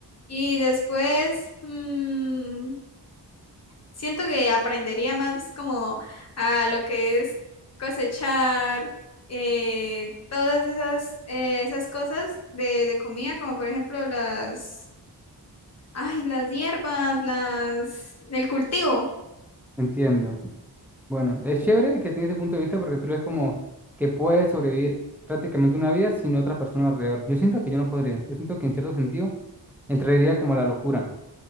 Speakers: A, on the left; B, in the centre.
A: Y después, mm, Siento que aprendería más como a lo que es cosechar, eh, todas esas, eh, esas cosas de, de comida, como por ejemplo las, ay, las hierbas, las, el cultivo.
B: Entiendo. Bueno, es chévere que tengas ese punto de vista porque tú eres como que puedes sobrevivir prácticamente una vida sin otra persona alrededor. Yo siento que yo no podría. Yo siento que en cierto sentido entraría como a la locura